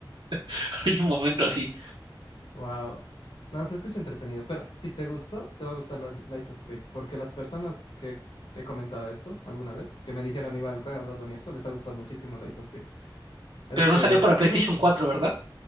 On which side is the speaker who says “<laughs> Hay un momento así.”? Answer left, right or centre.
Right